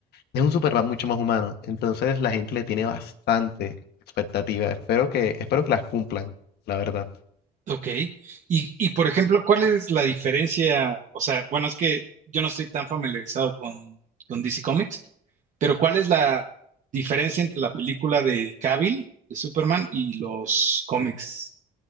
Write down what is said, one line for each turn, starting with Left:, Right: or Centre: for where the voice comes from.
Left: Es un Superman mucho más humano, entonces la gente le tiene bastante expectativa. Espero que, espero que las cumplan, la verdad.
Right: Ok. Y, y por ejemplo, ¿cuál es la diferencia? O sea, bueno, es que yo no estoy tan familiarizado con, con DC Comics, pero ¿cuál es la diferencia entre la película de Cavill, de Superman, y los cómics?